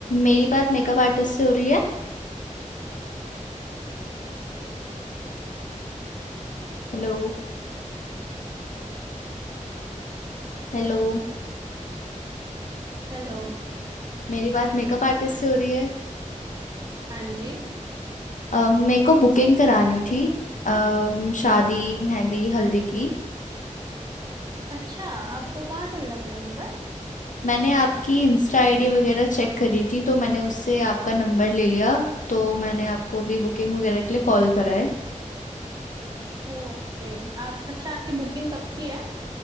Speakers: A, on the left; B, on the right.
A: मेरी बात makeup artist से हो रही है हेलो हेलो
B: Hello
A: मेरी बात मेकअप आर्टिस्ट से हो रही है
B: हाँ जी
A: अ, मेरे को बुकिंग करानी थी अम, शादी
B: अ-
A: मेहंदी हल्दी की
B: अच्छा आपको कहाँ से मिला मेरा नंबर
A: मैंने आपकी इंस्टा आईडी वगैरह चेक करी थी तो मैंने उससे आपका नंबर ले लिया तो मैंने आपको भी बुकिंग वगैरह के लिए कॉल करा है
B: ओके आप अच्छा आपकी बुकिंग कब की है